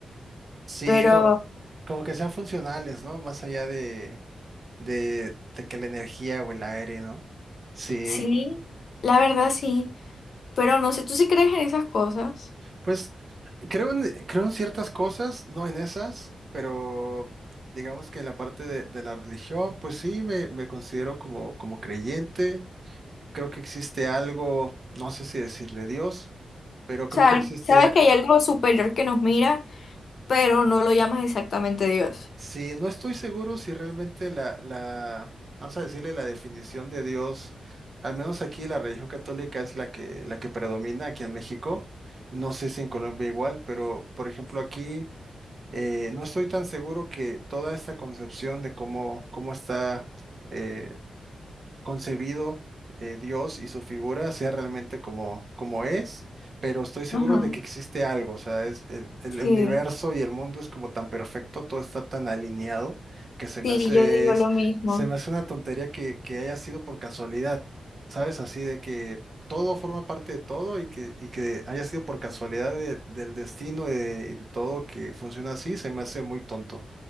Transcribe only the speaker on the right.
Sí,
como, como que sean funcionales, ¿no? Más allá de, de, de que la energía o el aire, ¿no? Sí,
pues creo en, creo en ciertas cosas, no en esas, pero digamos que en la parte de, de la religión, pues sí, me, me considero como, como creyente. Creo que existe algo, no sé si decirle Dios, pero creo
que
existe,
sí, no estoy seguro si realmente la, la, vamos a decirle la definición de Dios, al menos aquí la religión católica es la que, la que predomina aquí en México. No sé si en Colombia igual, pero por ejemplo aquí eh, no estoy tan seguro que toda esta concepción de cómo, cómo está eh, concebido eh, Dios y su figura sea realmente como, como es, pero estoy seguro
de que existe algo, o sea, es el, el
universo y el mundo es como tan perfecto, todo está tan alineado que se
me hace,
es-
se me hace una tontería que, que haya sido por casualidad, ¿sabes? Así de que todo forma parte de todo y que, y que haya sido por casualidad de- del destino de- y de todo que funciona así, se me hace muy tonto.